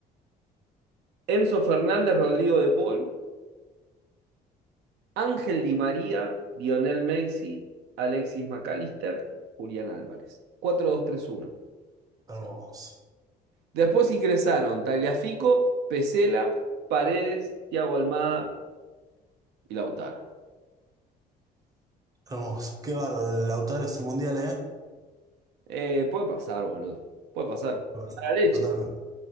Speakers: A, on the right; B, on the right.
A: Enzo Fernández, Rodrigo de Paul. Ángel Di María, Lionel Messi, Alexis Mac Allister, Julián Álvarez. cuatro dos tres uno.
B: hermoso.
A: Sí. Después ingresaron Tagliafico, Pesela, Paredes, Thiago Almada y Lautaro.
B: Hermoso. Qué bárbaro el autor ese mundial, ¿eh?
A: Eh, puede pasar, boludo. Puede pasar.
B: Va a pasar,
A: Mala leche.
B: Totalmente.